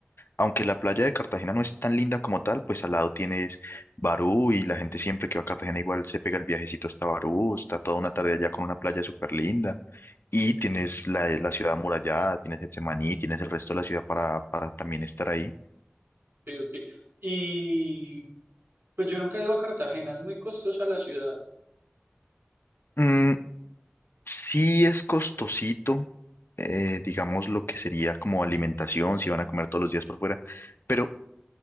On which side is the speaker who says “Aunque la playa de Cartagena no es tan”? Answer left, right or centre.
Left